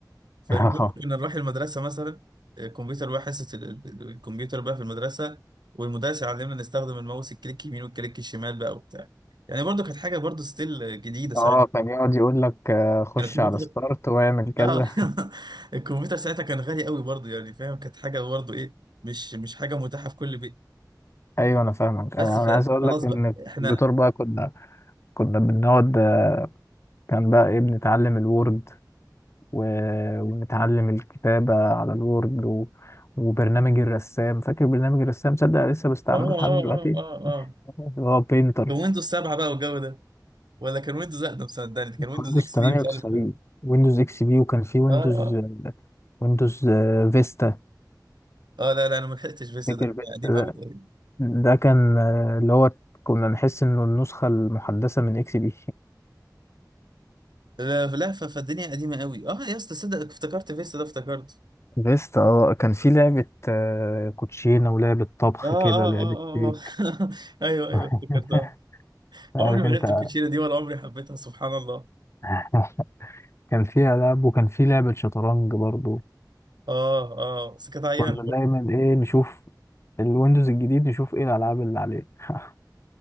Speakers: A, on the left; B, on the right.
A: <laughs>
B: فالمهم
A: اه
B: كنا نروح المدرسة مثلا الكمبيوتر بقى حصة ال... ال- الكمبيوتر بقى في المدرسة والمدرس يعلمنا نستخدم الماوس الكليك يمين والكليك الشمال بقى وبتاع يعني برضو كانت حاجة برضو ستيل جديدة ساعتها
A: اه كان يقعد يقول لك آه، خش
B: يعني الكمبيوتر
A: على ستارت واعمل كذا
B: اه <laughs> الكمبيوتر ساعتها كان غالي قوي برضه يعني فاهم كانت حاجه برضه ايه مش مش حاجه متاحه في كل بيت
A: ايوه انا فاهمك
B: بس
A: انا
B: ف-
A: أنا
B: فخلاص
A: عايز اقول لك ان
B: بقى احنا
A: الدكتور بقى كنا كنا بنقعد آه، كان بقى ايه بنتعلم الوورد و... ونتعلم الكتابة على الوورد و... وبرنامج الرسام فاكر برنامج الرسام تصدق لسه بستعمله
B: اه اه
A: لحد دلوقتي
B: اه اه اه
A: اللي هو بينتر
B: كان ويندوز 7 بقى والجو ده ولا كان ويندوز اقدم صدقني ده كان ويندوز
A: ويندوز
B: اكس
A: 98
B: بي مش عارف اه
A: ويندوز اكس بي وكان في ويندوز
B: اه
A: ويندوز آه، فيستا
B: اه لا لا انا ما لحقتش فيستا
A: فاكر
B: ده كان
A: فيستا
B: قديم قوي تقريبا
A: ده كان آه، اللي هو كنا نحس انه النسخة المحدثة من اكس بي
B: لا لا، ف- فالدنيا قديمه قوي اه يا اسطى صدق افتكرت فيستا ده افتكرت
A: بيست اه كان في لعبة آه، كوتشينة ولعبة طبخ
B: اه
A: كده
B: اه
A: لعبة
B: اه
A: بيك
B: اه آه. <laughs> ايوه ايوه
A: <laughs>
B: افتكرتها
A: عارف
B: عمري ما
A: انت
B: لعبت الكوتشينه دي ولا عمري حبيتها سبحان الله
A: <laughs> كان فيها لعب وكان في لعبة شطرنج برضو
B: اه اه بس كانت عيان
A: كنا دايما ايه نشوف الويندوز الجديد نشوف ايه الالعاب اللي عليه <laughs>